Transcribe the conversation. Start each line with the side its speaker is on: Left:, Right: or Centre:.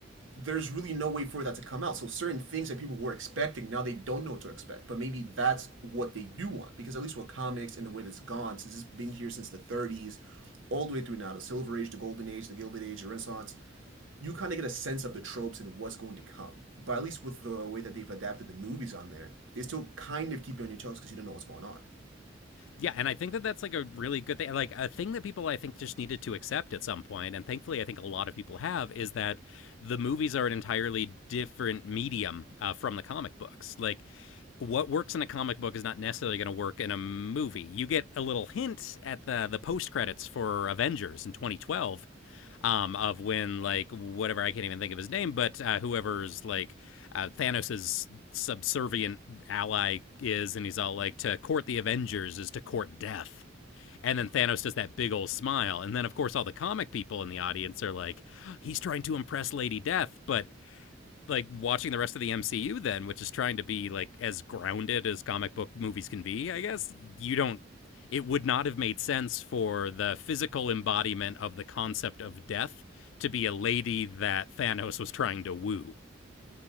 Right: there's really no way for that to come out. So certain things that people were expecting now they don't know what to expect. But maybe that's what they do want because at least with comics and the way that's gone since it's been here since the 30s, all the way through now the Silver Age, the Golden Age, the Gilded Age, the Renaissance. You kind of get a sense of the tropes and what's going to come. But at least with the way that they've adapted the movies on there, they still kind of keep you on your toes because you don't know what's going on.
Left: Yeah, and I think that that's like a really good thing, like a thing that people I think just needed to accept at some point, and thankfully I think a lot of people have is that the movies are an entirely different medium uh, from the comic books. Like what works in a comic book is not necessarily going to work in a movie. You get a little hint at the the post credits for Avengers in 2012 um, of when like whatever I can't even think of his name, but uh, whoever's like uh, Thanos's subservient ally is, and he's all like, "To court the Avengers is to court death." And then Thanos does that big old smile, and then of course all the comic people in the audience are like, <gasps> "He's trying to impress Lady Death," but like watching the rest of the MCU then, which is trying to be like as grounded as comic book movies can be, I guess, you don't it would not have made sense for the physical embodiment of the concept of death to be a lady that Thanos was trying to woo.